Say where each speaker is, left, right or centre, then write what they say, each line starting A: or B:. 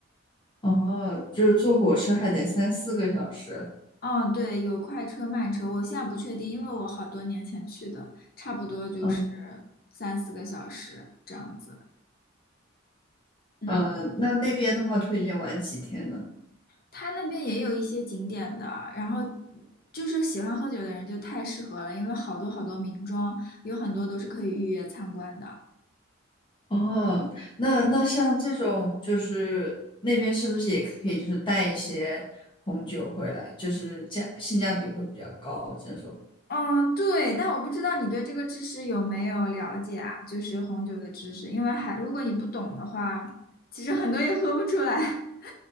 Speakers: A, on the left; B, on the left.
A: 哦，就是坐火车还得三四个小时。
B: 嗯，对，有快车、慢车，我现在不确定，因为我好多年前去的，差不多就是
A: 嗯，
B: 三四个小时这样子。嗯，
A: 呃，那那边的话，推荐玩几天呢？
B: 他那边也有一些景点的，然后就是喜欢喝酒的人就太适合了，因为好多好多名庄，有很多都是可以预约参观的。
A: 哦，那那像这种，就是那边是不是也可以，就是带一些红酒回来，就是价性价比会比较高这种？
B: 嗯，对，但我不知道你对这个知识有没有了解啊？就是红酒的知识，因为还如果你不懂的话，其实很多也喝不出来。<laughs>